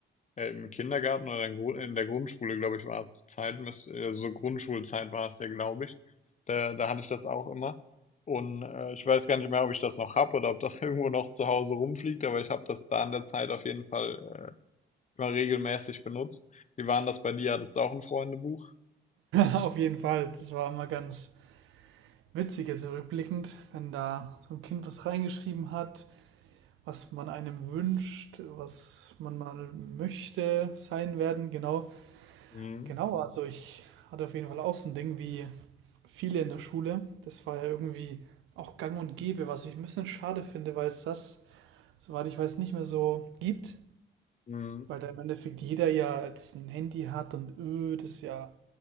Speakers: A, on the left; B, on the right.
A: Äh, im Kindergarten oder in Gru- in der Grundschule, glaube ich, war es die Zeit, müsste, äh, so Grundschulzeit war es ja, glaube ich. Da, da hatte ich das auch immer. Und äh, ich weiß gar nicht mehr, ob ich das noch habe oder ob das <laughs> irgendwo noch zu Hause rumfliegt, aber ich habe das da in der Zeit auf jeden Fall immer regelmäßig benutzt. Wie waren das bei dir? Hattest du auch ein Freundebuch?
B: Auf jeden Fall. Das war immer ganz witzig jetzt rückblickend, wenn da so ein Kind was reingeschrieben hat, was man einem wünscht, was man mal möchte sein werden, genau.
A: Mhm.
B: Genau, also ich hatte auf jeden Fall auch so ein Ding wie viele in der Schule. Das war ja irgendwie auch gang und gäbe, was ich ein bisschen schade finde, weil es das, soweit ich weiß, nicht mehr so gibt.
A: Mhm.
B: Weil da im Endeffekt jeder ja jetzt ein Handy hat und öh, das ist ja